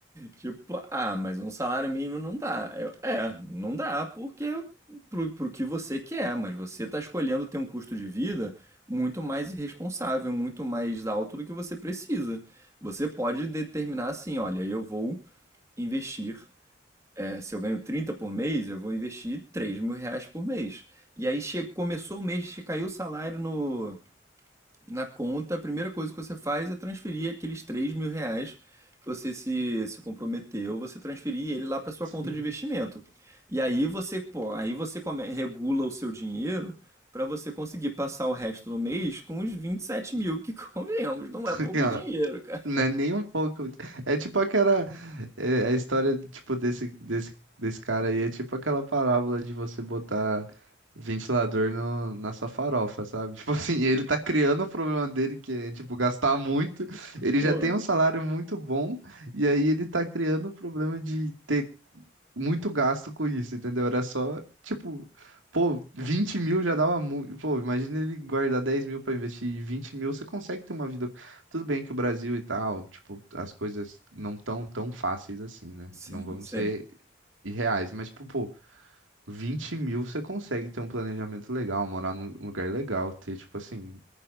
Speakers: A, on the right; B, on the right.
A: tipo, ah, mas um salário mínimo não dá. Eu, é, não dá porque pro, pro que você quer, mas você está escolhendo ter um custo de vida muito mais irresponsável, muito mais alto do que você precisa. Você pode determinar assim, olha, eu vou investir, é, se eu ganho 30 por mês, eu vou investir três mil reais por mês. E aí che- começou o mês que caiu o salário no, na conta, a primeira coisa que você faz é transferir aqueles três mil reais que você se, se comprometeu, você transferir ele lá para sua
B: sim.
A: conta de investimento. E aí você, pô, aí você come- regula o seu dinheiro para você conseguir passar o resto do mês com os vinte e sete mil, que <laughs> convenhamos, não
B: <laughs>
A: é pouco dinheiro, cara.
B: Não é nem um pouco. É tipo aquela. é, a história, tipo, desse, desse, desse cara aí é tipo aquela parábola de você botar ventilador no, na sua farofa, sabe? <laughs> Tipo assim, ele tá criando o problema dele, que é, tipo, gastar muito. Ele
A: Pô,
B: já tem um salário muito bom, e aí ele tá criando o problema de ter muito gasto com isso, entendeu? Era só, tipo, pô, 20 mil já dava muito. Pô, imagina ele guardar 10 mil pra investir e 20 mil, você consegue ter uma vida tudo bem que o Brasil e tal, tipo, as coisas não tão tão fáceis assim, né?
A: sim,
B: Não vamos
A: sim.
B: ser irreais, mas, tipo, pô, 20 mil você consegue ter um planejamento legal, morar num lugar legal, ter, tipo, assim,